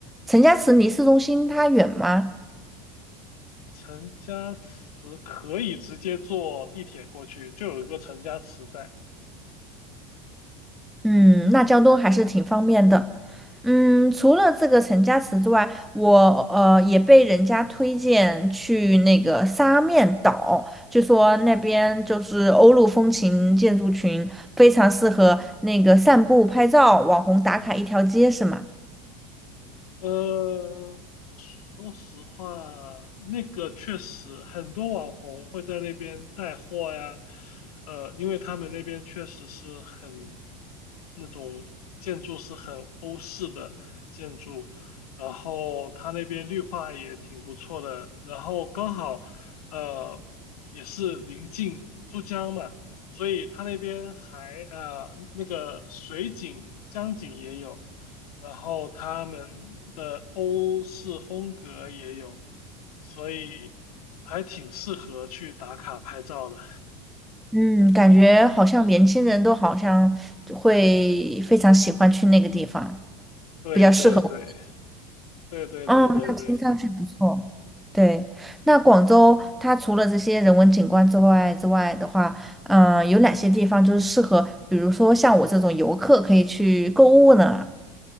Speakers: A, in the centre; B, on the left.
A: 陈家祠离市中心它远吗？
B: 陈家祠可以直接坐地铁过去，就有一个陈家祠在。
A: 嗯，那交通还是挺方便的。嗯，除了这个陈家祠之外，我呃也被人家推荐去那个沙面岛，就说那边就是欧陆风情建筑群，非常适合那个散步、拍照、网红打卡一条街，是吗？
B: 呃，说实话，那个确实很多网红会在那边带货呀，呃，因为他们那边确实是很那种建筑是很欧式的建筑，然后他那边绿化也挺不错的，然后刚好呃也是临近珠江嘛，所以他那边还呃那个水景江景也有。然后他们的欧式风格也有，所以还挺适合去打卡拍照的。
A: 嗯，感觉好像年轻人都好像会非常喜欢去那个地方，
B: 对对对
A: 比较适合我。
B: 对对对对对
A: 哦，那听上去不错。对，那广州它除了这些人文景观之外之外的话，嗯、有哪些地方就是适合，比如说像我这种游客可以去购物呢？